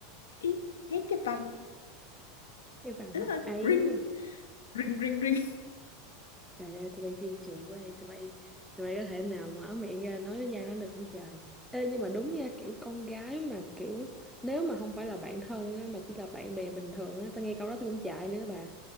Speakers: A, on the left; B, in the centre.
A: ý ý cái bằng
B: cái vàng
A: <laughs>
B: mắt ấy
A: ring ring ring ring
B: Trời ơi, tụi bay kiên trì quá đi, tụi bay tụi bay có thể nào mở miệng ra nói cái văn đó được không trời? Ê, nhưng mà đúng nha, kiểu con gái mà kiểu nếu mà không phải là bạn thân á, mà chỉ là bạn bè bình thường á, tao nghe câu đó tao cũng chạy nữa bà.